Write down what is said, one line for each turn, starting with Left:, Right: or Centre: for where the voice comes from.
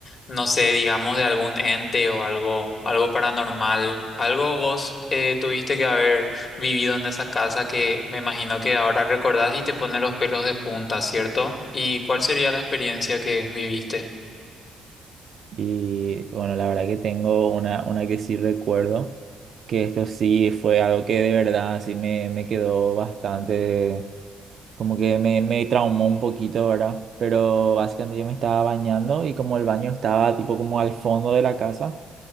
Left: no sé, digamos, de algún ente o algo, algo paranormal? ¿Algo vos eh, tuviste que haber vivido en esa casa que me imagino que ahora recordás y te pone los pelos de punta, ¿cierto? ¿Y cuál sería la experiencia que viviste?
Right: Y bueno, la verdad que tengo una, una que sí recuerdo, que esto sí fue algo que de verdad sí me, me quedó bastante, como que me, me traumó un poquito, ¿verdad? Pero básicamente yo me estaba bañando y como el baño estaba tipo como al fondo de la casa.